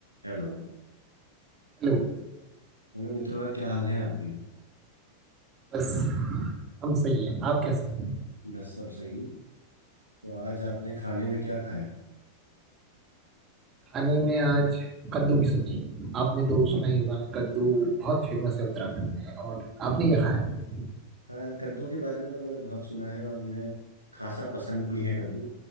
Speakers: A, on the right; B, on the right.
A: हेलो
B: Hello
A: हेलो मित्रवर क्या हाल है आपके
B: बस हम सही है आप कैसे हैं
A: बस सब सही तो आज आपने खाने में क्या खाया
B: खाने में आज कद्दू की सब्जी आपने तो सुना ही होगा कद्दू बहुत फेमस है उत्तराखंड में और आपने क्या खाया
A: हाँ कद्दू के बारे में तो मैंने बहुत सुना है और मुझे खासा पसंद भी है कद्दू